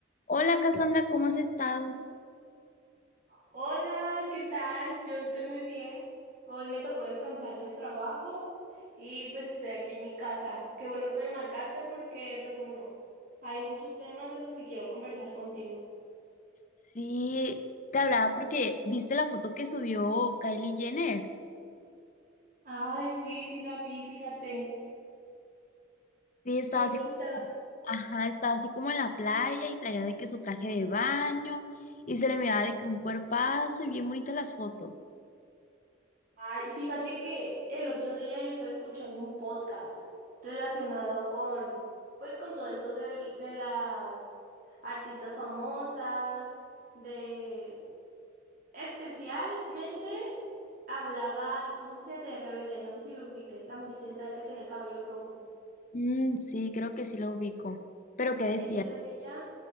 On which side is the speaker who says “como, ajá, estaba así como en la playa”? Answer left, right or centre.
Left